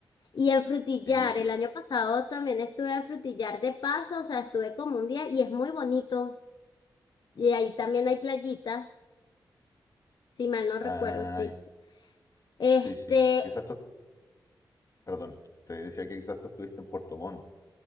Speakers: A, on the left; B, on the left.
A: Y en Frutillar,
B: Y,
A: el
B: y-
A: año pasado también estuve en Frutillar de paso, o sea, estuve como un día y es muy bonito. Y ahí también hay playitas, si mal no recuerdo,
B: ay,
A: sí. Este,
B: sí, sí. Quizás tú, perdón, te decía que quizás tú estuviste en Puerto Montt.